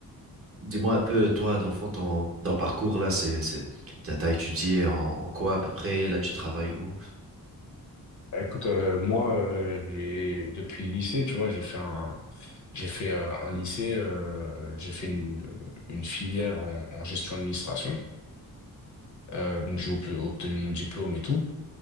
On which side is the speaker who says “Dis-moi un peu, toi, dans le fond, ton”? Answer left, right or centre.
Right